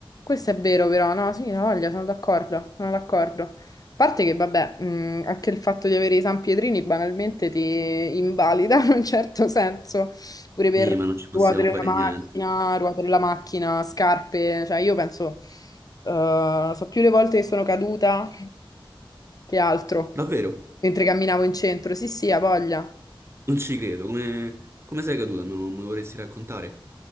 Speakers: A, on the left; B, on the right.
A: Questo è vero, però, no, sì, no, voglia, sono d'accordo, sono d'accordo. A parte che, vabbè, mh, anche il fatto di avere i San Pietrini banalmente ti invalida <laughs> in un certo senso, pure per
B: Sì, ma non ci possiamo
A: ruote della
B: fare
A: macchina,
B: niente.
A: ruote della macchina, scarpe, cioè io penso, eh, so più le volte che sono caduta che altro,
B: Davvero,
A: mentre camminavo in centro, sì, sì, ha voglia.
B: non ci credo. Come, come sei caduta? Me lo me lo vorresti raccontare?